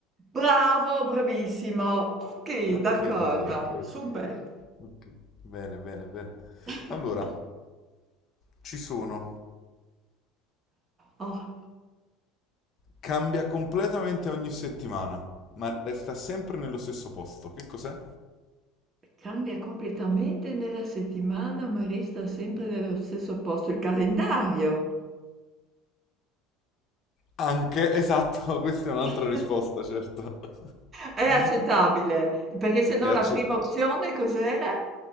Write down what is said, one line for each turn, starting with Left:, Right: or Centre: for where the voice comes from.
Right: Bravo, bravissimo. Ok,
Left: Ok,
Right: d'accordo.
Left: ok,
Right: Super.
Left: ok. Bene, bene, bene.
Right: <laughs>
Left: Allora, ci sono.
Right: Oh,
Left: Cambia completamente ogni settimana, ma resta sempre nello stesso posto. Che cos'è?
Right: cambia completamente nella settimana, ma resta sempre nello stesso posto il calendario.
Left: Anche, esatto, <laughs> questa è un'altra
Right: <laughs>
Left: risposta, certo.
Right: È accettabile,
Left: <laughs>
Right: perché se no
Left: È accettata.
Right: la prima opzione cos'era?